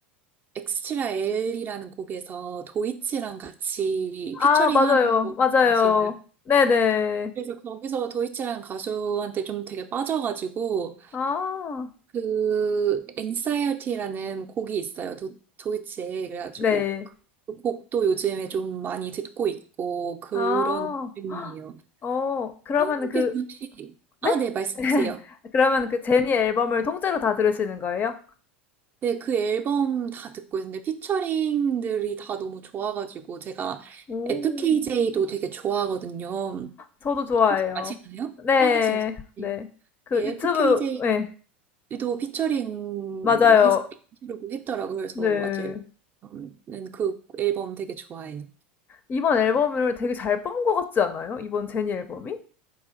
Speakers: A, on the right; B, on the left.
A: 엑스트라 엘이라는 곡에서 도이치랑 같이
B: 아
A: 피처링한
B: 맞아요.
A: 곡이
B: 맞아요.
A: 아시나요?
B: 네네.
A: 그래서 거기서 도이치라는 가수한테 좀 되게 빠져가지고
B: 아.
A: 그 앵사이어티라는 곡이 있어요. 도, 도이치에 그래가지고
B: 네.
A: 그 곡도 요즘에 좀 많이 듣고 있고 그런
B: 아.
A: 중이에요.
B: 어 그러면은
A: 하은님께서
B: 그
A: 혹시
B: 네?
A: 아, 네, 말씀
B: <laughs>
A: 주세요.
B: 그러면은 그 제니 앨범을 통째로 다 들으시는 거예요?
A: 네, 그 앨범 다 듣고 있는데 피처링들이 다 너무 좋아가지고 제가
B: 오.
A: FKJ도 되게 좋아하거든요.
B: 저도 좋아해요.
A: 혹시 아시나요?
B: 네.
A: 아, 진짜.
B: 네. 그
A: 네,
B: 유튜브
A: FKJ도
B: 예.
A: 피처링해서
B: 맞아요.
A: 하려고 했더라고요. 그래서
B: 네.
A: 맞아요. 는그 앨범 되게 좋아해요.
B: 이번 앨범을 되게 잘 뽑은 것 같지 않아요? 이번 제니 앨범이?